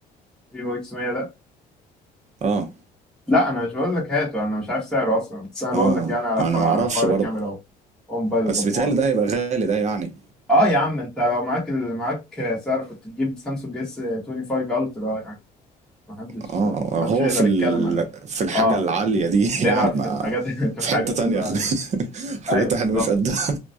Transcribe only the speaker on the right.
اه
اه
انا
ما
اعرفش
برضه
بس
بيتهيألي ده هيبقى غالي ده يعني
اه
هو
في ال...
في الحاجه
العاليه دي
<laughs> يعني
ما
في حته تانية
<laughs> حاجات
احنا مش قدها